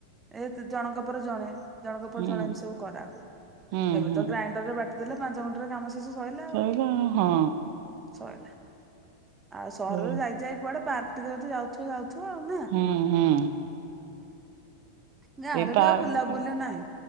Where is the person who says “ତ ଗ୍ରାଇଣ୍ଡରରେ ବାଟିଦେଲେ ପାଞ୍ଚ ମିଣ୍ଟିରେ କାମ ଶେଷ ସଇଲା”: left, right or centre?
Right